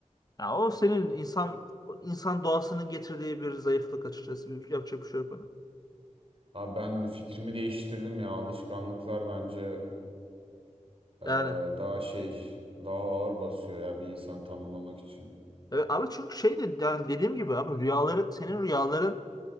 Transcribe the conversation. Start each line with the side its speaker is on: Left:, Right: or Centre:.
Left: Ya o senin insan o insan doğasının getirdiği bir zayıflık açıkçası. Bir, yapacak bir şey yok ona.
Right: Abi ben fikrimi değiştirdim ya. Alışkanlıklar bence e,
Left: Yani
Right: daha şey, daha ağır basıyor ya bir insanı tanımlamak için.
Left: evet, abi çünkü şey de yani dediğim gibi abi rüyaları senin rüyaların